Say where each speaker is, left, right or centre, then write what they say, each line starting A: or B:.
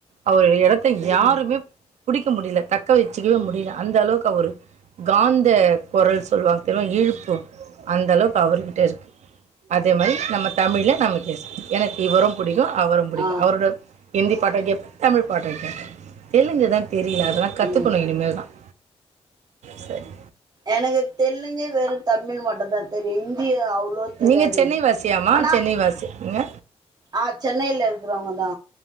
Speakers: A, on the right; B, on the right.
A: அவர் எடத்தை
B: ம்
A: யாருமே பிடிக்க முடியல தக்க தக்க வச்சுக்கவே
B: ம்
A: முடியல அந்த அளவுக்கு அவரு காந்த குரல் சொல்லுவாங்க தெரியுமா ஈர்ப்பு அந்த அளவுக்கு அவர்கிட்ட இருக்கு அதே மாதிரி நம்ம தமிழ்ல நம்ம எஸ்பிபி எனக்கு இவரும் பிடிக்கும் அவரும் பிடிக்கும்
B: ஆ
A: அவரோட ஹிந்தி பாட்ட கேட்பேன் தமிழ் பாட்ட கேட்பேன் தெலுங்கு தான் தெரியல அதெல்லாம் கத்துக்கணும்
B: ம்
A: இனிமேல் தான் செரி
B: எனக்கு தெலுங்கு வெறு தமிழ் மட்டுதா தெரியு இந்திதா அவ் அவ்ளவா தெரியாது
A: நீங்க சென்னை வாசியாம்மா
B: ஆனா
A: சென்னை வாசிங்க
B: ஆ சென்னையில இருக்கிறவங்க தா